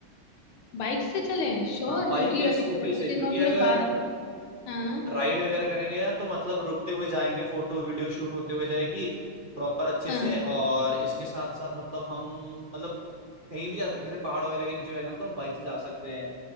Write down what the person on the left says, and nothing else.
बाइक से चलें श्योर
क्योंकि
अभी
थोड़े
दिनों
में
बा हाँ
हाँ